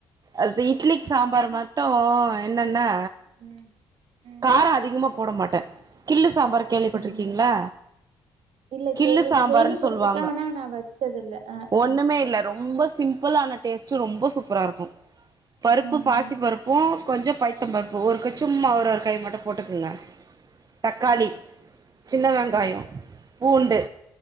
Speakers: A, on the right; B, on the right.
A: அ இட்லிக்கு சாம்பார் மா ட்டு என்னன்னா
B: ம் ம்
A: கார அதிகமா போட மாட்ட கிள்ளு சாம்பார் கேள்விப்பட்ருக்கிங்ளா
B: ம் இல்ல
A: கிள்ளு
B: கேள்வி
A: சாம்பாருன்
B: கேள்விப்பட்டிருக்கே
A: சொல்லுவாங்க
B: ஆனா நா வச்சதில்ல ஆ ஆ
A: ஒண்ணுமே இல்ல ரொம்ப சிம் ப்பிளான டேஸ்ட்டு ரொம்ப சூப்பரா இருக்கு பருப்பு
B: ம்
A: பாசி
B: ம்
A: பருப் பு கொஞ்ச பைத்தம் பருப்பு ஒரு க சும்மா ஒரு ஒரு கை மட்டு போட்டுக்குங்க தக்காளி சின்ன வெங்காய பூண்டு